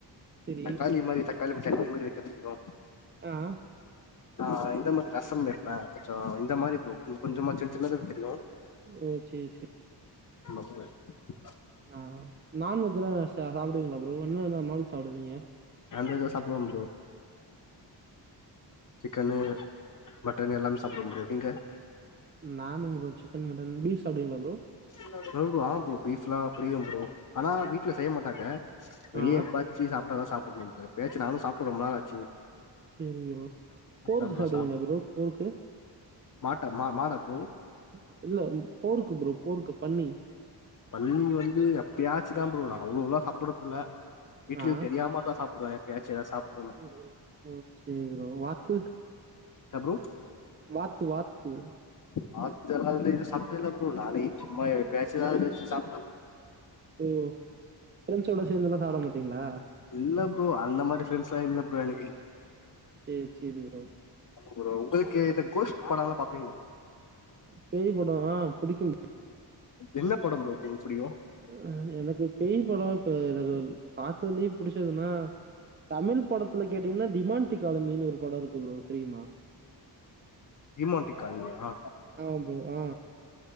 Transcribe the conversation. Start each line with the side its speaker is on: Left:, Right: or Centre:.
Right: செரி
Left: தக்காளி மாரி தக்காளி சட்னி மாரி வைக்க தெரியு
Right: ஆ அ
Left: ஆ இந்த மாதிரி ரசோம் வெப்பே கொஞ்சோ இந்த மாரி ப்ரோ ம் கொஞ்சமா சின் சின்னது தெரியு
Right: எ சேர் செரி
Left: ம <inaudible>
Right: ஆ நான்வெஜ்ல ச சாப்டுவிங்களா ப்ரோ என்னன்ன நான்வெஜ் சாப்டுவீங்க
Left: நான்வெஜ்லா சாப்புடுவே ப்ரோ சிக்கனு மட்டனு எல்லா சாப்டுவே ப்ரோ நீங்க
Right: நானும் ப்ரோ சிக்கன் மட்டன் பீஃப் சாப்டுவிங்கள ப்ரோ
Left: ம் ப்ரோ ஆ ப்ரோ ஃப்லா புடிக்கும் ப்ரோ ஆனா வீட்ல செய்ய மாட்டாங்க வெளியே
Right: ஆ
Left: எப்பாச்சு சாப்ட்டாதா சாப்புண்ணு <unintelligible> எப்பயாச்சு நானு சாப்ட்டு ரொம்ப்நாள் ஆச்சு
Right: செரி ப்ரோ
Left: அதா
Right: போருக்கு
Left: ப்ரோ
Right: சாப்டுவிங்களா
Left: சாப்
Right: ப்ரோ போருக்கு
Left: மாட்ட மா மாடா ப்ரோ
Right: ம் இல்ல போருக்கு ப்ரோ போருக்கு பன்னி
Left: பன்னி வந்து எப்பயாச்சு தா ப்ரோ அவ்ளோலலா சாப்பிட்றத்துல்ல வீட்லியு
Right: ஆ
Left: தெரியாமதா சாப்டுவே எப்பயாச்சு எதா சாப்
Right: <unintelligible> செரி ப்ரோ வாத்து
Left: ன்ன ப்ரோ
Right: வாத்து வாத்து
Left: வாத்து எல்லா <unintelligible> சாப்டதில்ல ப்ரோ நானே சும்மா எப்பயாச்சுது
Right: ம்,
Left: <unintelligible>
Right: ஓ ஃப்ரெண்ஸோட சேந்துல்லா சாப்டமாட்டீங்ளா
Left: இல்ல ப்ரோ அந்த மாரி ஃப்ரெண்ஸ்ல இல்ல ப்ரோ எனக்கு
Right: சேர் சேரி ப்ரோ
Left: ஆமா ப்ரோ உங்களுக்கு இந்த கோஸ்ட் பட லா பாப்
Right: பேய் படோலா புடிக்கு
Left: என்ன படம் ப்ரோ உங்ளுக் புடிக்கு
Right: ம் எனக்கு பேய் படோ இப்ப எனக்கு பாத்தலயே புடிச்சதுன்னா தமிழ் படத்துல கேட்டீங்ன்னா டிமாண்டி காலனினு ஒரு படோ இருக்கு ப்ரோ தெரியுமா
Left: டீமாண்டி கால்னியா
Right: ஆமா ப்ரோ ஆ